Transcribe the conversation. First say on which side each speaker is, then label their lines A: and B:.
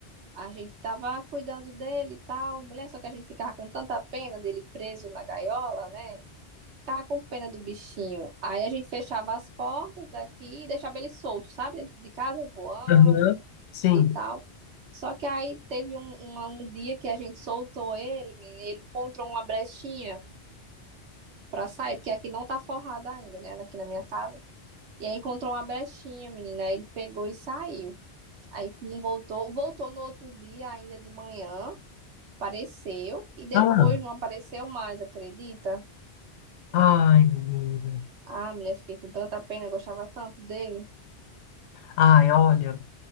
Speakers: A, on the right; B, on the left.
A: a gente tava cuidando dele e tal, mulher, só que a gente ficava com tanta pena dele preso na gaiola, né? Ficava com pena do bichinho. Aí a gente fechava as portas daqui e deixava ele solto, sabe? Dentro de casa voando.
B: Aham. Sim.
A: e tal. Só que aí teve um, uma- um dia que a gente soltou ele, ele encontrou uma brechinha pra sair, porque aqui não tá forrada ainda, né? Aqui na minha casa. E aí encontrou uma brechinha, menina. Aí ele pegou e saiu. Aí não voltou, voltou no outro dia, ainda de manhã, apareceu, e depois
B: Ah.
A: não apareceu mais, acredita?
B: Ai, menina.
A: Ah, mulher, fiquei com tanta pena, eu gostava tanto dele.
B: Ai, olha.